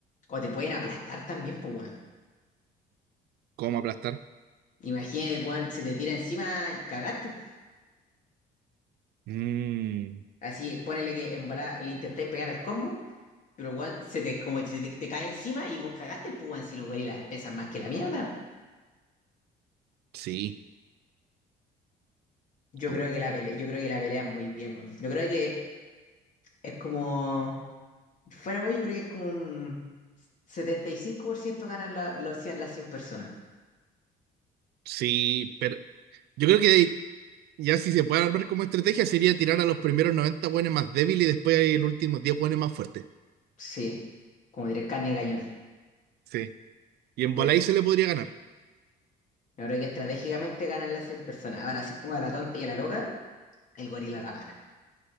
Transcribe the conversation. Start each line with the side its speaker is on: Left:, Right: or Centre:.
Left: O te pueden aplastar también, pues, weón.
Right: ¿Cómo aplastar?
Left: Imagínate, weón, se te tira encima y cagaste. po.
Right: Mm,
Left: Así, ponele que en bola le intentáis pegar al combo, pero weón, se te, como se te, te cae encima y vos cagaste, pues, weón, si los gorilas pesan más que la mierda.
Right: sí,
Left: Yo
Right: o-
Left: creo que la pelea, yo creo que la pelea es muy bien, weón. Yo creo que es como. Fuera, weón, yo creo que es como un 75% ganan la- los cien- las 100 personas.
Right: sí, pero yo creo que ya si se puede armar como estrategia sería tirar a los primeros 90 buenos más débiles y después los últimos 10 buenos más fuertes.
Left: Sí. como diré, carne de cañón.
Right: Sí, y en
Left: Eh,
Right: bola ahí se le podría ganar.
Left: Yo que estratégicamente ganan las 100 personas. Ahora sí, como a la tonta y a la loca, el gorila la gana.